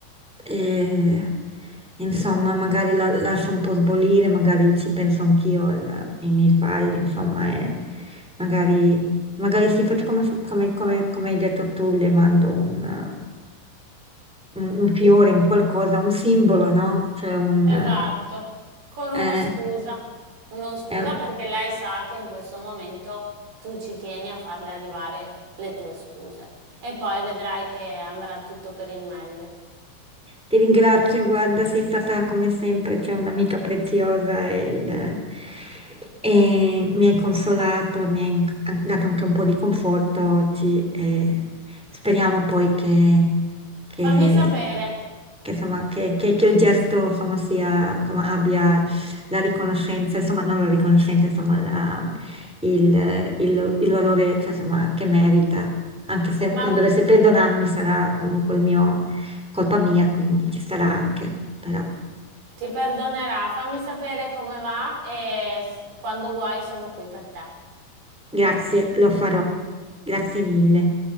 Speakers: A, in the centre; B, on the right (about 55°).
A: e, insomma, magari la lascio un po' sbolire, magari ci penso anch'io al- ai miei sbagli, insomma, e magari, magari sì, faccio come, come- come- come hai detto tu, le mando un, un, un fiore, un qualcosa, un simbolo, no? Cioè un...
B: Esatto, con uno
A: eh,
B: scusa, uno scusa
A: eh, è
B: perché lei sa che in questo momento tu ci tieni a farle arrivare le tue scuse e poi vedrai che andrà tutto per il meglio.
A: Ti ringrazio, guarda, sei stata come sempre, cioè un'amica preziosa e, il- e mi hai consolato, mi hai an- dato anche un po' di conforto oggi e speriamo poi che, che-
B: Fammi sapere,
A: che, insomma, che- che- che il gesto insomma, sia, insomma, abbia la riconoscenza, insomma non la riconoscenza, insomma la- il, il- il valore cioè, insomma, che merita, anche se
B: fam-
A: non dovesse perdonarmi sarà comunque il mio Colpa mia, quindi ci sarà anche, però.
B: ti perdonerà, fammi sapere come va e s- quando vuoi sono qui per te.
A: Grazie, lo farò. Grazie mille.